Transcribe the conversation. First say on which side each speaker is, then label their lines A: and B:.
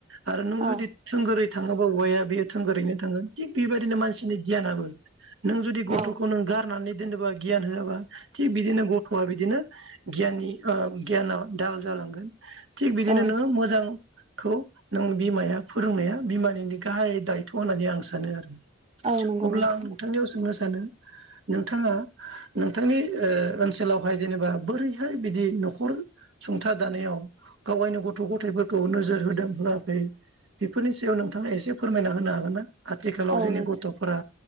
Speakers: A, on the right; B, on the right.
A: आरो नों
B: औ
A: जुदि थोंगोरै औवाया बे थोंगोरैनो थाङो थिग बेदिनो मानसिनि गियाना ब नों जुदि गथ'खौ
B: औ
A: नों गारनानै दोनोबा गियान होआबा थिग बिदिनो गथ'आ बिदिनो गियाननि गियाना दाल जालांगोन। थिग बिदिनो
B: औ
A: नोङो मोजां खौ नों बिमाया फोरोंनाया बिमानिनि गाहाय दायथ' होननानै आं सानो आरो।
B: औ नंगौ
A: अब्ला
B: नोंथां
A: आं नोंथांनियाव सोंनोसै नोंथाङा नोंथांनि ओनसोलावहाय जेनेबा बोरैहाय बिदि न'खर सुंथा दानायाव गावायनो गथ' गथायफोरखौ नोजोर होदां होआखै बेफोरनि जयाव नोंथाङा एसे फोरमायना होनो हागोन ना आथिखालाव
B: औ
A: जोंनि
B: नोंथां
A: गथ'फोरा